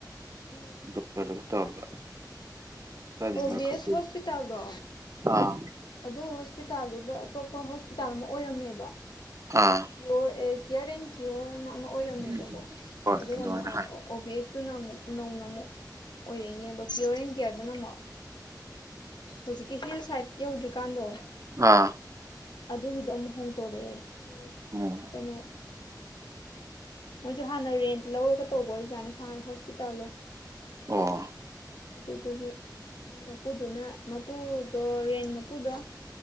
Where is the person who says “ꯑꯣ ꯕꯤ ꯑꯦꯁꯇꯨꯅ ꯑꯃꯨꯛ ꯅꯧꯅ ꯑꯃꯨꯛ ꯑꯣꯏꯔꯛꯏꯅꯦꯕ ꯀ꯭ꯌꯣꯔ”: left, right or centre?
Left